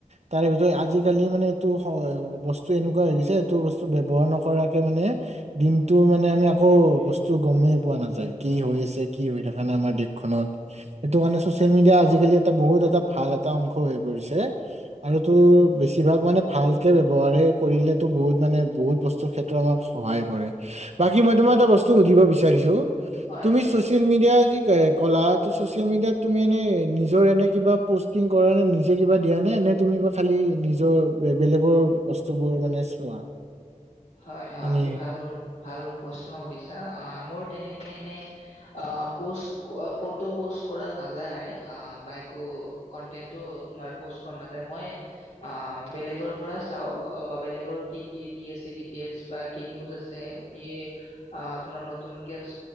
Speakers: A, on the right; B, on the left.
A: তাৰে ভিতৰত আজিকালি মানে বস্তু এনেকুৱা হৈ গৈছে এইটো বস্তু ব্যৱহাৰ নকৰাকে মানে দিনটো মানে আমি আকৌ বস্তু গমেই পোৱা নাযায় কি হৈ আছে কি হৈ থাকা নাই আমাৰ দেশখনত, সেইটো কাৰণে চচিয়েল মিডিয়া আজিকালি এটা বহুত এটা ভাল এটা অংশ হৈ <unintelligible> আৰু তোৰ বেছিভাগ মানে ভালকে ব্যৱহাৰে কৰিলেতো বহুত মানে বহুত বস্তুৰ ক্ষেত্ৰত আমাক সহায় কৰে বাকী মই তোমাৰ এটা বস্তু সুধিব বি তে দিছো
B: হয়
A: তুমি
B: হয়
A: চচিয়েল মিডিয়া আজি কলাটো চচিয়েল মিডিয়াত তুমি এনে নিজৰ এনে কিবা পষ্টিং কৰা নে? নিজে কিবা দিয়া নে? এনে তুমি বা খালি নিজৰ বেলেগৰ বস্তুবোৰ মানে চোৱা
B: হয়, হয়
A: মানে
B: তুমি ভাল ভাল প্ৰশ্ন সুধিছা আ, মোৰ তেনে এনে আ পোষ্ট ফটো পষ্ট কৰা নাযায় আহ, বা একো কনটেনটো তোমাৰমাৰ পষ্ট কৰা নাযায় মই আ, বেলেগৰ পৰা চাও বা বেলেগৰ কি কি দি আছে গেইলছ বা কি নিউজ আছে, কি তোমাৰ নতুন কে